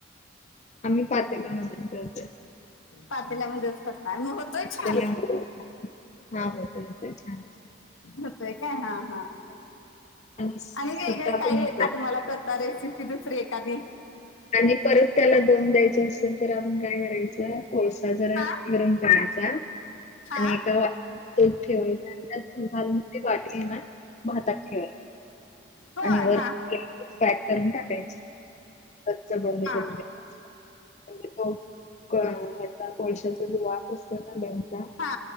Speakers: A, on the left (about 35°); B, on the left (about 85°).
A: आम्ही पातेल मध्येच दळतोय.
B: पातेल्यामध्येच कसं काय म होतोय छान
A: त्याच्यामुळे हा होतय होतय छान होतय.
B: होतय काय हा हा
A: सुट्टा
B: आणि वेगळे काही
A: पण होतो.
B: येतय तुम्हाला कर का रेसिपी दुसरी एखादी?.
A: आणि परत त्याला दम द्यायच असेल तर आपण काय करायचं. कोळसा जरा
B: हा
A: गरम करायचा.
B: हा
A: आणि एका वाटीत तूप ठेवून <unintelligible> घालून ते वाटी हे ना भातात ठेवायची.
B: होय
A: आणि वर
B: हा
A: पॅक करून टाकायचे कच्च बंद
B: हा
A: करून म्हणजे तो हयाचा को कोळशाचा <unintelligible> असतो ना द्यायचा.
B: हा.